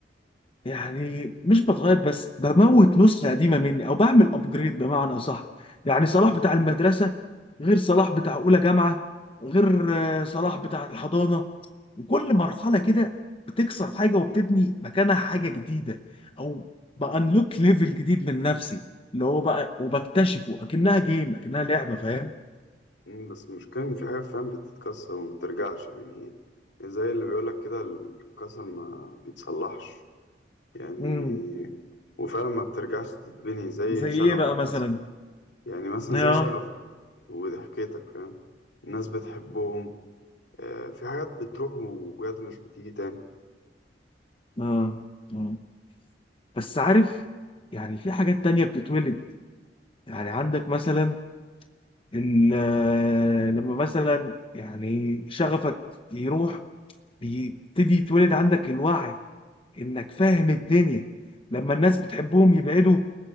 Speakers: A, on the left; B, on the left.
A: يعني مش بتغير بس بموت نسخة قديمة مني او بعمل ابجريد بمعنى صح يعني صلاح بتاع المدرسة غير صلاح بتاع اولى جامعة غير آه، صلاح بتاع الحضانة وكل مرحلة كده بتكسر حاجة وبتبني مكانها حاجة جديدة او بانلوك ليفل جديد من نفسي اللي هو بقى وبكتشفه اكنها جيم اكنها لعبة فاهم
B: مم، بس المشكلة إن في حاجات فاهم بتتكسر وما بترجعش يعني زي اللي بيقولك كده الكسر ما بيتصلحش يعني
A: امم
B: وفعلا ما بترجعش تتبني زي
A: زي
B: شغفك
A: ايه بقى مثلا
B: مثلا يعني مثلا
A: اه
B: زي شغفك وضحكتك فاهم الناس بتحبهم آه، في حاجات بتروح وبجد مش بتيجي تاني
A: اه آه. بس عارف يعني في حاجات تانية بتتولد يعني عندك مثلا ال- لما مثلا يعني شغفك يروح بيبتدي يتولد عندك الوعي انك فاهم الدنيا لما الناس بتحبهم يبعدوا